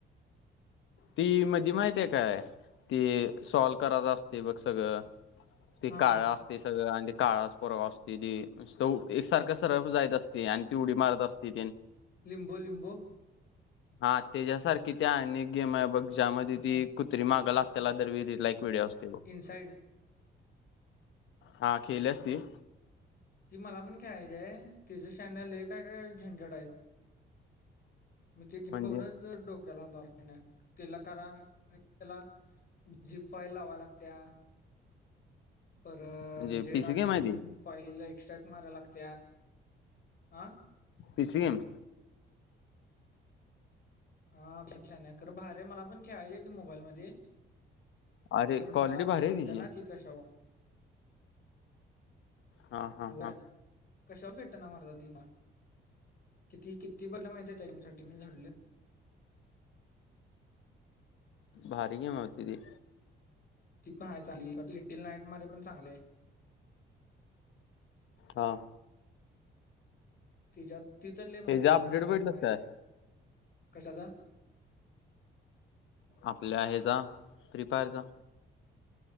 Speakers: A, on the left; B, on the left.
A: ती मधी माहित आहे काय ती सॉल्व करायच असते ते बघ सगळं ते
B: हा
A: काळं असते सगळं आणि ते काळाच पोरगा असते ती सौ एकसारखं सरळ जायच असते आणि ती उडी मारत असते ते
B: लिंबो लिंबो
A: हा तेज्या सारखी त्या अनेक गेम आहे बघ ज्यामध्ये ती कुत्री मागं लागते त्याला दर विरी लाईक व्हिडिओ असतील.
B: इनसाईड
A: हा खेले असती.
B: ती मला पण खेळायची आहे तेजे श्यानले काय काय झंझट आहेत. म ती तिकडं
A: म्हणजे
B: बघूनच डोक केला <unintelligible> तिला करा आणि त्याला जी फाई लावाया लागत्या. पर
A: म्हणजे
B: जेड
A: पीसी
B: आर
A: गेम
B: क्यू
A: आहे
B: घेऊन
A: ती
B: फाईल एक्स्ट्रॅक मारा लागत्या हा.
A: पि सी एम
B: हा हे छान आहे खरं भारे मला पण खेळायलीे ते मोबाईल मध्ये.
A: अरे
B: कर
A: क्वालिटी
B: मला
A: भारी
B: भेटत्या
A: आहे तिची
B: ना ती कशावर.
A: हा
B: <unintelligible>
A: हा हा
B: कशावर भेटते ना मर्दा ती मा किती किती <unintelligible> माहिती आहे त्यासाठी मी झाडले.
A: भारी गेम होती ती.
B: ती पण आहेय चाली लिटिल नाईट मध्ये पण चांगले.
A: हा.
B: तिज्या ति तर लय भारी
A: ह्याचा
B: आहे लिटल
A: अपडेट
B: लँड
A: भेटलंस
B: मारे
A: काय
B: कशाचा?
A: आपल्या हे जा फ्री फायर चा.